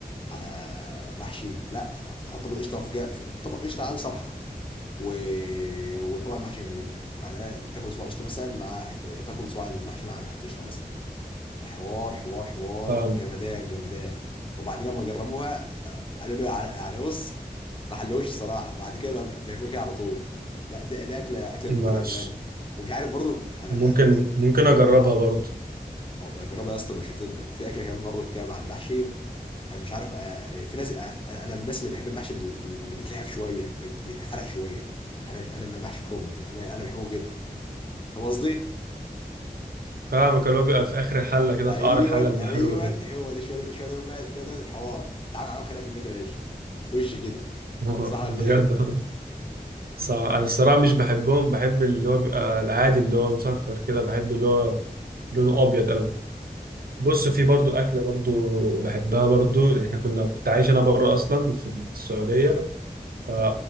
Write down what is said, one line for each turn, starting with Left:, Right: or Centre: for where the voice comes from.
Left: على على محشي لا حط حط طبق قشطه في جا في طبق قشطه على صبحه و... وطبعا محشي جنب منك يعني تاكل صباع قشطه مثلا مع حت... تاكل صباع المحشي مع حته قشطه مثلا حوار حوار حوار
Right: فاهم
Left: جمدان جمدان وبعدين لما جربوها آه، قالوا له يع- يعني بص ما حلوش الصراحه بعد كده بقى بيعملوا كده على طول لا ده ده اكله اكله
Right: ماشي
Left: منكم بامانه ومش عارف برضو انا
Right: ممكن
Left: أنا-
Right: ممكن اجربها برضه
Left: والله جربها يا اسطى مش هتندم في اكله كمان برضو كده مع المحشي انا مش عارف آه، آه، في ناس آه، انا أنا من الناس اللي بحب المحشي اللي اللي بيتلهف شويه بيت- بيتحرق شويه انا مش انا محشي كرنب مش- انا انا بحبه كده فاهم قصدي؟
Right: فاهمك اللي هو بيبقى في اخر الحله كده
Left: ايوه
Right: في قعر الحله المحروق
Left: ايوه
Right: ده
Left: هو ده شويه ده شويه ده بقى ده ده الحوار تعالى نعمل خناقه في البيت يا باشا وش كده
Right: <laughs>
Left: صح ولا
Right: بجد
Left: ايه؟
Right: صح انا الصراحه مش بحبهم بحب اللي هو بيبقى العادي اللي هو مسكر كده بحب اللي هو لونه ابيض قوي بص في برضو اكله برضو بحبها برضو احنا كنا كنت عايش انا بره اصلا في السعوديه ف-